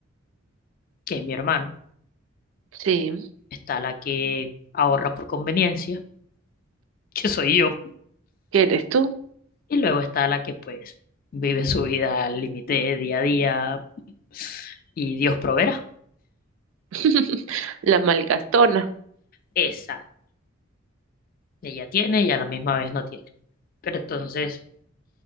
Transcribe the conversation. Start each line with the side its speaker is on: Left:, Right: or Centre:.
Left: que es mi hermano.
Right: sí,
Left: Está la que ahorra por conveniencia, <laughs> que soy yo.
Right: que eres tú.
Left: Y luego está la que pues vive su vida al límite día a día y Dios proveerá.
Right: <laughs> La malgastona.
Left: Esa, ella tiene y a la misma vez no tiene. Pero entonces,